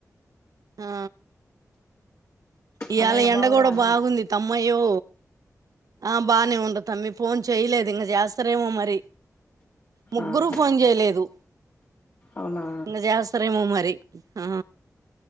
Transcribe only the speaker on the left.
అన్నయ్య
బావురా
అన్న.
ఆహా
అవునా